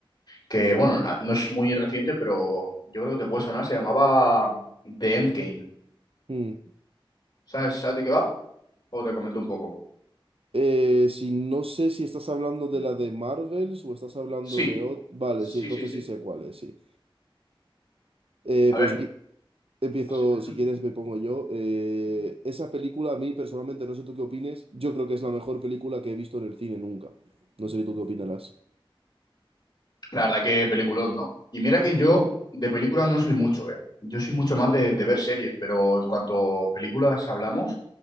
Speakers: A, on the left; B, on the right.
A: que bueno, a- no es muy reciente, pero yo creo que te puede sonar, se llamaba mm, The Endgame.
B: Hmm.
A: ¿Sabes, sabes de qué va? O te comento un poco.
B: Eh, si no sé si estás hablando de la de Marvels o estás hablando
A: Sí,
B: de ot- Vale,
A: sí,
B: sí, entonces
A: sí, sí.
B: sí sé cuál es, sí. Eh,
A: A
B: pues
A: ver,
B: mi- empiezo,
A: <laughs>
B: si quieres me pongo yo. Eh, esa película a mí personalmente, no sé tú qué opines, yo creo que es la mejor película que he visto en el cine nunca. No sé tú qué opinarás.
A: La verdad que peliculón, ¿no? Y mira que yo de películas no soy mucho, ¿eh? Yo soy mucho más de, de ver series, pero en cuanto a películas hablamos,